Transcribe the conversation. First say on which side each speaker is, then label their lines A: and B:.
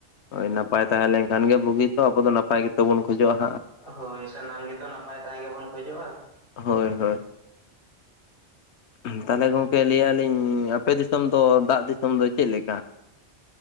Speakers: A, on the left; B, on the right.
A: ᱦᱳᱭ ᱱᱟᱯᱟᱭ ᱛᱟᱦᱮᱸ ᱞᱮᱱᱠᱷᱟᱱ ᱜᱮ ᱵᱩᱜᱤ ᱛᱚ ᱟᱵᱚ ᱫᱚ ᱱᱟᱯᱟᱭ ᱜᱮ ᱫᱚᱵᱚᱱ ᱠᱷᱚᱡᱚᱜᱼᱟ ᱦᱟᱸᱜ ᱾
B: ᱦᱳᱭ ᱥᱟᱱᱟᱢ ᱜᱮᱛᱚ ᱱᱟᱯᱟᱭ ᱛᱟᱦᱮᱸ ᱜᱮᱵᱚᱱ ᱠᱷᱚᱡᱚᱜᱼᱟ ᱾
A: ᱦᱳᱭ ᱦᱳᱭ ᱾ ᱛᱟᱦᱚᱞᱮ ᱜᱚᱝᱠᱮ ᱞᱟᱹᱭ ᱟᱞᱤᱧ ᱟᱯᱮ ᱫᱤᱥᱚᱢ ᱫᱚ ᱫᱟᱜ ᱫᱤᱥᱚᱢ ᱫᱚ ᱪᱮᱫ ᱞᱮᱠᱟ?